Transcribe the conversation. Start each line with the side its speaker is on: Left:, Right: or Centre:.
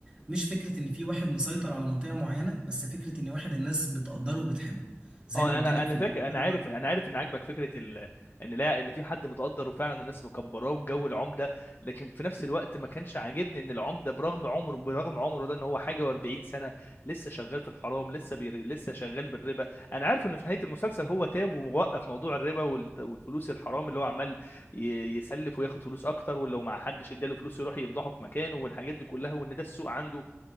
Right: مش فكرة ان في واحد مسيطر على منطقة معينة بس فكرة ان واحد الناس بتقدره وبتحبه زي
Left: اه
Right: ما قلت
Left: انا
Right: لك
Left: انا
Right: في الأول
Left: فاكر انا عارف
Right: هو
Left: انا عارف ان عاجبك فكره ال... ان لا ان في حد متقدر وفعلا الناس مكبراه وجو العمده لكن في نفس الوقت ما كانش عاجبني ان العمده برغم عمره برغم عمره ده ان هو حاجه و40 سنه لسه شغال في الحرام لسه بير... لسه شغال بالربا انا عارف انه في نهايه المسلسل هو تاب ووقف موضوع الربا وال... والفلوس الحرام اللي هو عمال ي... يسلف وياخد فلوس اكتر ولو ما حدش اداله فلوس يروح يفضحه في مكانه والحاجات دي كلها وان ده السوق عنده